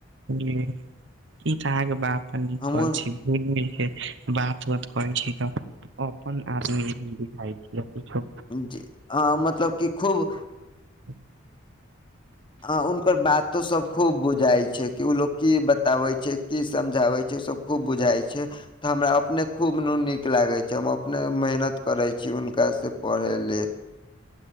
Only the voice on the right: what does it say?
बुझलिहि, ई तऽ अहांके बात त नीक
कहै छी। मिल-मिल के बात-उात करै छी त अपन आदमी बुझाइ छि या किछो
<unintelligible>